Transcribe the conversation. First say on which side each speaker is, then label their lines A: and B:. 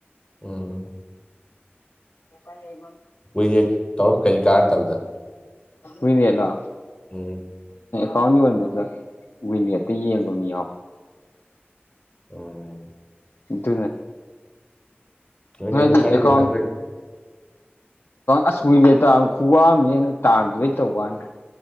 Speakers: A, on the left; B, on the left.
A: ꯎꯝ
B: ꯥꯏ
A: ꯍꯨꯏꯅꯦꯦ ꯇ ꯀꯔꯤ ꯀꯥ ꯇꯕꯗ
B: ꯃꯤꯅꯤꯂ
A: ꯎꯝ
B: ꯀꯥꯎꯟ ꯌꯣꯟꯕꯗ ꯋꯤꯟꯒꯦꯠꯇ ꯌꯦꯡꯕ ꯑꯃ ꯌꯥꯎꯋ
A: ꯑꯣꯝ
B: ꯑꯗꯨ
A: ꯋꯤꯟꯌꯦꯛꯀ
B: ꯍꯥꯏꯗꯤ
A: ꯈꯟꯗꯦꯗ
B: ꯑꯦꯀꯣꯟ
A: ꯑꯩꯈꯣꯏ
B: ꯑꯁꯏꯕꯦ ꯇ ꯈꯨꯋꯥꯝꯅꯦ ꯅ ꯇꯥꯟꯗꯕꯩ ꯇꯧ ꯋꯥꯅꯤ